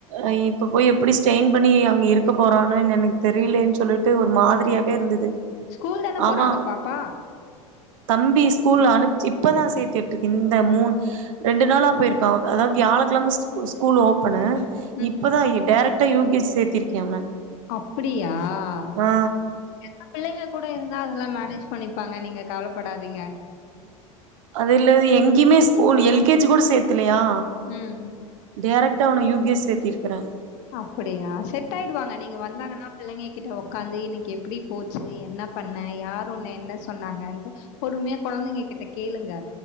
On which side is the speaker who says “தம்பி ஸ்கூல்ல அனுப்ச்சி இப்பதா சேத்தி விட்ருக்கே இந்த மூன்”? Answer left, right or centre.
Right